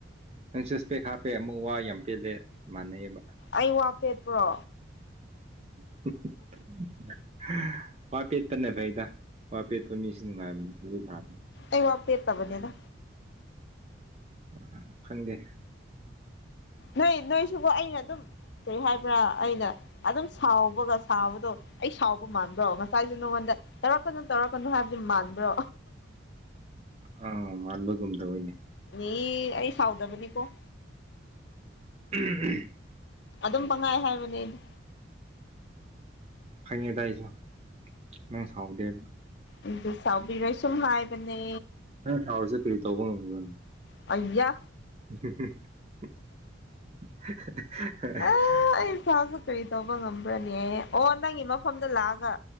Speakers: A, on the right (about 30°); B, on the left (about 60°).
A: ꯅꯪꯁꯨ ꯏꯁꯄꯦꯛ ꯍꯥꯞꯄꯦ ꯑꯃꯨꯛ ꯋꯥ ꯌꯥꯝ ꯄꯦꯜꯂꯦ ꯃꯥꯟꯅꯩꯑꯕ
B: ꯑꯩ ꯋꯥ ꯄꯦꯠꯄ꯭ꯔꯣ
A: <inaudible> ꯋꯥ ꯄꯦꯠꯄꯅ ꯐꯩꯗ ꯋꯥ ꯄꯦꯠꯄ ꯃꯤꯁꯤ ꯅꯨꯡꯉꯥꯏꯕꯅꯤ ꯁꯥꯕꯅꯤ
B: ꯑ ꯋꯥ ꯄꯦꯠꯇꯕꯅꯦꯗ
A: ꯍꯣꯏ ꯈꯪꯗꯦ
B: ꯅꯣꯏ ꯅꯣꯏꯁꯨꯀꯣ ꯑꯩꯅ ꯑꯗꯨꯝ ꯀꯔꯤ ꯍꯥꯏꯕ꯭ꯔꯥ ꯑꯩꯅ ꯑꯗꯨꯝ ꯁꯥꯎꯕꯒ ꯁꯕꯗꯣ ꯑꯩ ꯁꯥꯎꯕ ꯃꯥꯟꯕ꯭ꯔꯣ ꯉꯁꯥꯏꯁꯨ ꯅꯉꯣꯟꯗ ꯇꯧꯔꯛꯀꯅꯨ ꯇꯧꯔꯛꯀꯅꯨ ꯍꯥꯏꯕꯗꯨ ꯃꯥꯟꯕ꯭ꯔꯣ
A: ꯑ ꯃꯥꯟꯕꯒꯨꯝꯗꯅꯦ
B: ꯃꯤ ꯑꯩ ꯁꯥꯎꯗꯕꯅꯤꯀꯣ
A: ꯎꯝ ꯎꯝ
B: ꯑꯗꯨꯝ ꯄꯪꯉꯥꯏ ꯍꯥꯏꯕꯅꯦꯗꯤ
A: ꯐꯉꯦꯗꯥꯏꯁꯨ ꯅꯪ ꯁꯥꯎꯗꯦ
B: ꯑꯗꯨ ꯆꯥꯎꯕꯤꯔꯣꯏ ꯁꯨꯝ ꯍꯥꯏꯕꯅꯦ
A: ꯅꯩꯅ ꯁꯥꯎꯔꯁꯨ ꯀꯔꯤ ꯇꯧꯕ ꯉꯝꯒ꯭ꯔꯅ
B: ꯑꯌꯥ
A: <inaudible>
B: ꯑꯥ ꯑꯩ ꯏꯁꯥꯁꯨ ꯀꯔꯤ ꯇꯧꯕ ꯉꯝꯕ꯭ꯔꯅꯦ ꯑꯣ ꯅꯪꯒꯤ ꯃꯐꯝꯗ ꯂꯥꯛꯑꯒ